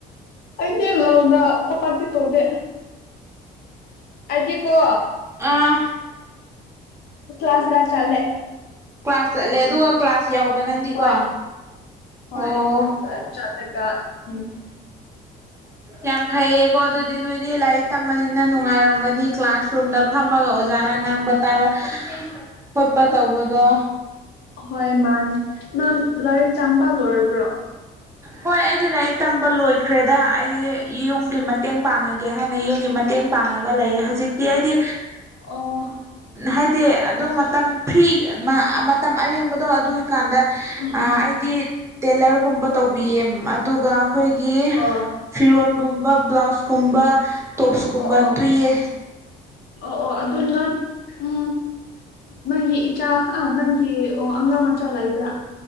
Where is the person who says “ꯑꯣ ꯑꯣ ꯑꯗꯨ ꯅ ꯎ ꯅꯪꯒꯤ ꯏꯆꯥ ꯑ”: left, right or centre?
Left